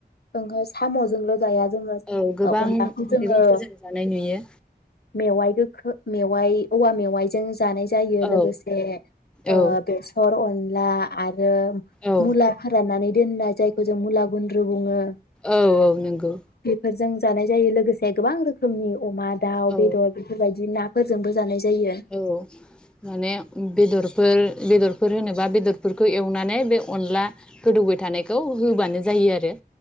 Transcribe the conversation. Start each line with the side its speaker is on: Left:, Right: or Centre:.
Left: ओंहो साम'जोंल' जाया जोङो ओ
Centre: औ गोबां
Left: अनलाखौ जोङो
Centre: मैगंफोरजों जानाय नुयो
Left: मेवाइ गोखो मेवाइ औवा मेवाइजों जानाय जायो
Centre: औ
Left: लोगोसे ओ
Centre: औ
Left: बेसर अं ला आर रो
Centre: औ
Left: मुला फोरनानै दोननाय जायखौ जों मुला गुन्द्रु बुङो
Centre: औ औ नोंगौ
Left: बेफोरजों जानाय जायो लोगोसे गोबां रोखोमनि अमा दा
Centre: औ
Left: बेदर बिफोरबायदि ना फोरजोंबो जानाय जायो
Centre: औ माने बेदरफोर बेदरफोर होनोबा बेदरफोरखौ एवनानै बे अनला गोदौबाय थानायखौ होबानो जायो आरो।